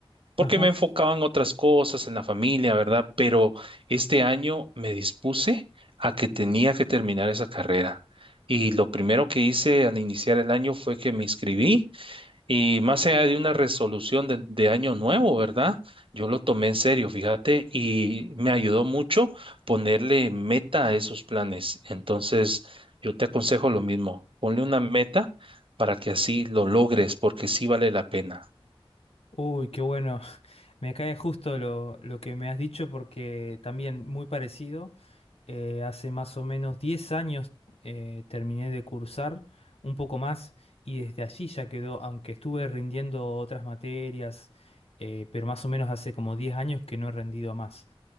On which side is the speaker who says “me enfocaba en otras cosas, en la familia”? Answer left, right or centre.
Right